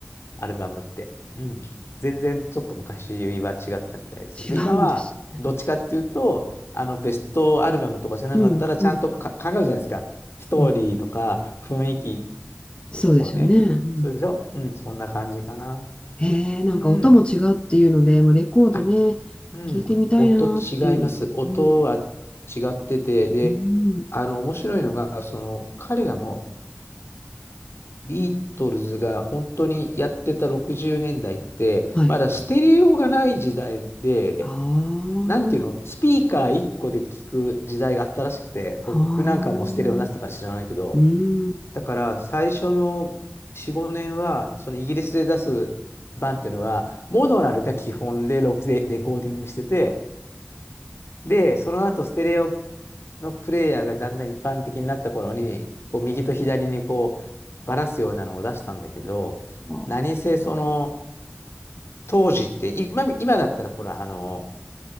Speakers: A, on the left; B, on the left.
A: アルバムって。うん。全然ちょっと昔は違ってたみたいですね。
B: 違うんですね。
A: で、今は、どっちかっていうと、あの、ベストアルバムとかじゃなかったら、
B: うん、
A: ちゃんとか考えるじゃないですか。
B: うん、
A: ストーリーとか、
B: うん。
A: 雰囲気
B: そうですよね。
A: をね。
B: うん、
A: そうでしょうん、そんな感じかな。
B: へえ、なんか音も違うっていうので、
A: うん。
B: もうレコードね、
A: あうん、
B: 聞いてみたいなっていうのも。
A: 音違います。音は
B: うん、
A: 違ってて、で、
B: うん、
A: あの、面白いのが、その、彼らもビートルズが本当にやってた60年代って、
B: はい。
A: まだステレオがない時代で、
B: ああ、
A: なんていうの、スピーカー1個で聞く時代があったらしくて、僕なんかもうステレオなってたから知らないけど、
B: はあ、うん。
A: だから最初の4、5年は、そのイギリスで出す版っていうのは、モノラルが基本でロックでレコーディングしてて、で、その後ステレオのプレイヤーがだんだん一般的になった頃に、こう右と左にこうばらすようなのを出したんだけど、
B: は
A: 何せその当時って今、今だったらほら、あの、